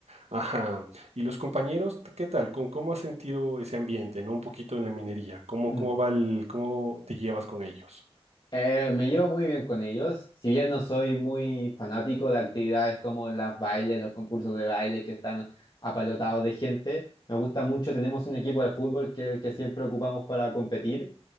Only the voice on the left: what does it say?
Mm.
Eh, me llevo muy bien con ellos, si bien no soy muy fanático de actividades como las bailes, los concursos de baile que están apalotados de gente. Me gusta mucho, tenemos un equipo de fútbol que es el que siempre ocupamos para competir